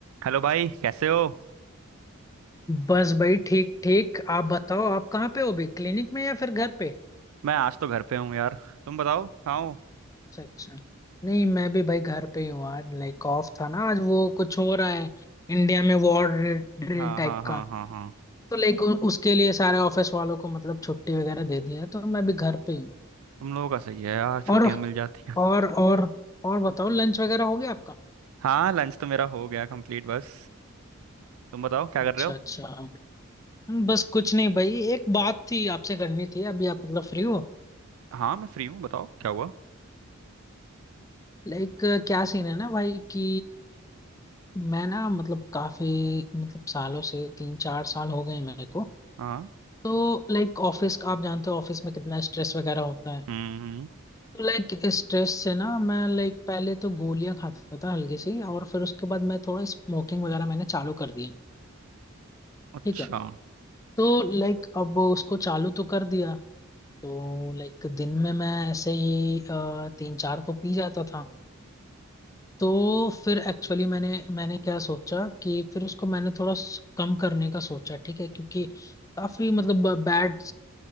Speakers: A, on the right; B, on the left.
A: Hello भाई कैसे हो
B: बस भाई ठीक ठीक आप बताओ आप कहाँ पे हो अभी क्लिनिक में या फिर घर पे
A: मैं आज तो घर पे हूँ यार तुम बताओ कहाँ हो
B: अच्छा अच्छा नहीं मैं भी भाई घर पे ही हूँ आज लाइक ऑफ था ना आज वो कुछ हो रहा है इंडिया में वॉर ड्रिल
A: हाँ
B: टाइप
A: हाँ हाँ
B: का
A: हाँ हाँ
B: तो लाइक उसके लिए सारे ऑफिस वालों को मतलब छुट्टी वगैरह दे दिया है, तो मैं भी घर पे ही हूँ
A: तुम लोगों का सही है यार छुट्टियां
B: और
A: मिल जाती हैं
B: और और और बताओ लंच वगैरह हो गया आपका
A: हाँ लंच तो मेरा हो गया कंप्लीट बस तुम बताओ क्या
B: अच्छा
A: कर रहे हो
B: अच्छा बस कुछ नहीं भाई एक बात थी आपसे करनी थी अभी आप मतलब फ्री हो
A: हाँ मैं फ्री हूँ बताओ क्या हुआ
B: लाइक क्या सीन है ना भाई कि मैं ना मतलब काफी मतलब सालों से तीन चार साल हो गए मेरे को
A: हाँ
B: तो लाइक ऑफिस का आप जानते हो ऑफिस में कितना स्ट्रेस वगैरह होता है
A: हम्म हम्म,
B: तो लाइक स्ट्रेस से ना मैं लाइक पहले तो गोलियां खाता था हल्की सी और फिर उसके बाद मैं थोड़ा स्मोकिंग वगैरह मैंने चालू कर दिया
A: अच्छा
B: ठीक है तो लाइक अब उसको चालू तो कर दिया तो लाइक दिन में मैं ऐसे ही अ, तीन चार तो पी जाता था तो फिर एक्चुअली मैंने मैंने क्या सोचा कि फिर उसको मैंने थोड़ा स- कम करने का सोचा ठीक है क्योंकि काफी मतलब बैड